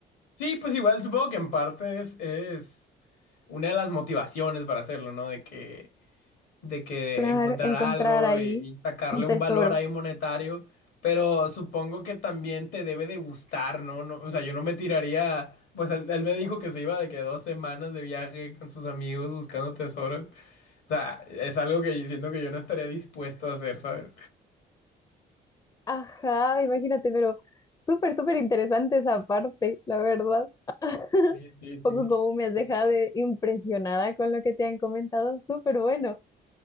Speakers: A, on the left (about 80°); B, on the left (about 20°).
A: Sí, pues igual supongo que en parte es, es una de las motivaciones para hacerlo, ¿no? De que de que
B: claro,
A: encontrar
B: encontrar
A: algo
B: ahí
A: y, y sacarle
B: un tesoro.
A: un valor ahí monetario, pero supongo que también te debe de gustar, ¿no? No, o sea, yo no me tiraría, pues él, él me dijo que se iba de que dos semanas de viaje con sus amigos buscando tesoros, o sea, es algo que siento que yo no estaría dispuesto a hacer, ¿sabes?
B: Ajá, imagínate, pero súper, súper interesante esa parte, la verdad. <laughs>
A: Sí, sí, sí.
B: Poco como me has dejado de- impresionada con lo que te han comentado, súper bueno.